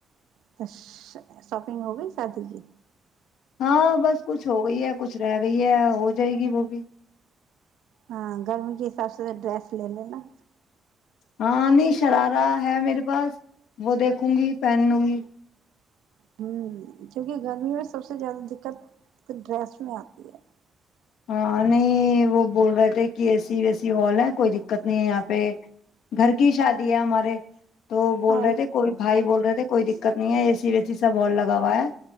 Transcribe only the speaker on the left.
ہاں بس کچھ ہو گئی ہے کچھ رہ گئی ہے ہو جائے گی وہ بھی
ہاں نہیں شرارہ ہے میرے پاس وہ دیکھوں گی پہنوں گی
ہاں نہیں وہ بول رہے تھے کہ اے سی وے سی والا ہے کوئی دقت نہیں ہے یہاں پہ گھر کی شادی ہے ہمارے تو بول
رہے تھے کوئی بھائی بول رہے تھے کوئی دق دقت نہیں ہے اے سی وے سی سب ہال لگا ہوا ہے